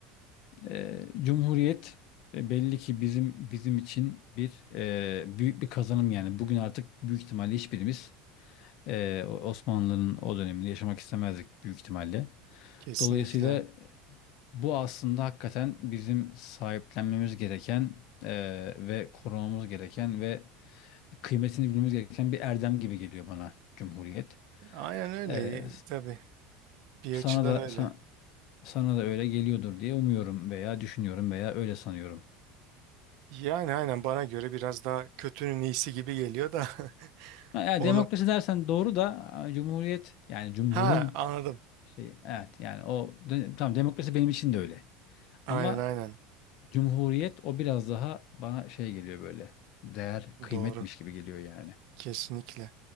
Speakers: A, on the left; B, on the right.
A: E, Cumhuriyet e, belli ki bizim bizim için bir e, büyük bir kazanım yani. Bugün artık büyük ihtimalle hiçbirimiz e, o- Osmanlı'nın o dönemini yaşamak istemezdik büyük ihtimalle.
B: kesinlikle.
A: Dolayısıyla bu aslında hakikaten bizim sahiplenmemiz gereken e, ve korumamız gereken ve kıymetini bilmemiz gereken bir erdem gibi geliyor bana Cumhuriyet.
B: Aynen
A: E,
B: öyle tabii bir
A: sana
B: açıdan
A: da
B: öyle.
A: sana, Sana da öyle geliyordur diye umuyorum veya düşünüyorum veya öyle sanıyorum.
B: Yani aynen bana göre biraz daha kötünün iyisi gibi geliyor da <laughs>
A: Ha, Yani
B: onu.
A: demokrasi dersen doğru da a, cumhuriyet yani cumhurun
B: Ha anladım.
A: şey evet yani o de- tamam demokrasi benim için de öyle.
B: Aynen
A: Ama
B: aynen
A: cumhuriyet o biraz daha bana şey geliyor böyle değer kıymetmiş
B: doğru
A: gibi geliyor yani.
B: kesinlikle.